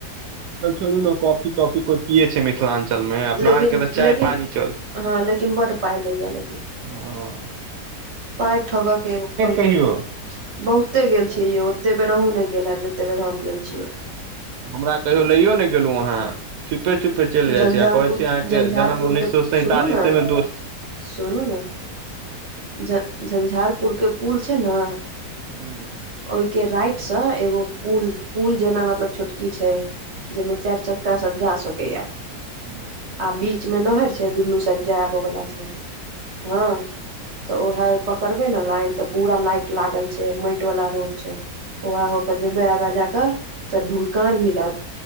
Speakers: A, on the right; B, on the right.
A: अब छोड़ू ने कॉफी तॉफी कोइ पियै छै मिथिलाञ्चलमे अपना
B: लेकिन
A: अरके त चाय
B: लेकिन
A: पानी चलै
B: हँ लेकिन बड्ड पाइ लैया लेकिन
A: हं
B: पाइ ठगके एगो खोलि
A: कहियो
B: लेने‌ बहुते गेल छियै यौ। ओते बेर अहुं नै गेल हैब जते बेर हम गेल छियै
A: हमरा कहियो लैयो ने गेलु अहाँ, चुपे चुप पे चलि
B: झंझारपुर
A: जाइ छी आ कहै छी अहाँके
B: झंझारपुर
A: जन्म उन्नीस
B: के
A: स सैंतालिसेमे
B: सुनू ने
A: दोस
B: सुनू न, <inaudible> झ झंझारपुर के पुल छै न
A: हुं।
B: ओइके राइटसँ एगो पुल, पुल जेना मतलब छोटकी छै। जै मे चारि चक्का सब जा सकैया
A: हूं।
B: आ बीचमे नहरि छै, दुनू साइड जाइ आबै बला छै, हँ। त उहे पकड़बै न लाइन त पूरा लाइट लागल छै, माटि वाला रोड छै। उएह होके जेबै, आगाँ जा क त ढुलकान मिलत।